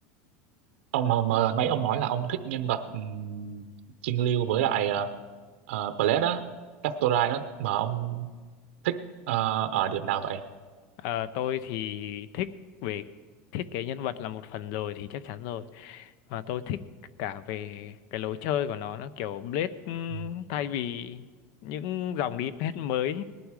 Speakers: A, on the right (about 85°); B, on the left (about 50°).
A: ông mà, mà mấy ông nói là ông thích nhân vật um, Trinh Lưu với lại uh, uh, Blade á Castorai đó mà ông thích ờ, ở điểm nào vậy
B: Ờ, tôi thì thích về thiết kế nhân vật là một phần rồi thì chắc chắn rồi mà tôi thích cả về cái lối chơi của nó nó kiểu Blade ừm,
A: Ừ.
B: thay vì những dòng DPS mới